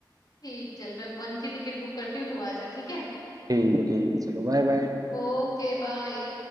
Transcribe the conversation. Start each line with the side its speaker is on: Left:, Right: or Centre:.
Left: ठीक चल मैं वन की टिकट बुक करती हूँ तू आ जा ठीक है
Right: ठीक है ठीक है चलो बाय बाय
Left: ओके बाय